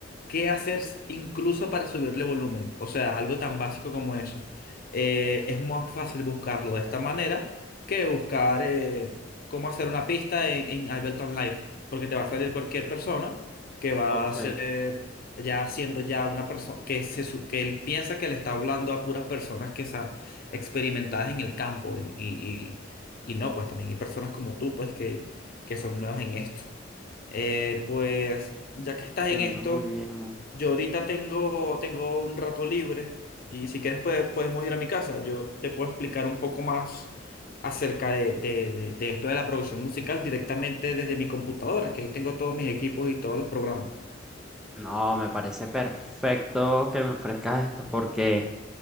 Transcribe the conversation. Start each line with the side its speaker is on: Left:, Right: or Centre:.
Left: qué hacer s- incluso para subirle volumen. O sea, algo tan básico como eso. Eh, es más fácil buscarlo de esta manera que buscar eh, cómo hacer una pista en, en Ableton Live, porque te va a salir cualquier persona que va
Centre: Ok,
Left: a ser ya siendo ya una persona que se su- que él piensa que le está hablando a puras personas que sa- experimentadas en el campo y, y, y y no, pues también hay personas como tú pues que, que son nuevas en esto. Eh, pues ya que estás
Centre: entiendo
Left: en esto,
Centre: muy bien.
Left: yo ahorita tengo, tengo un rato libre y si quieres puede- podemos ir a mi casa. Yo te puedo explicar un poco más acerca de, de- de- de esto de la producción musical directamente desde mi computadora, que ahí tengo todos mis equipos y todos los programas.
Centre: No, me parece perfecto que me ofrezcas esto porque...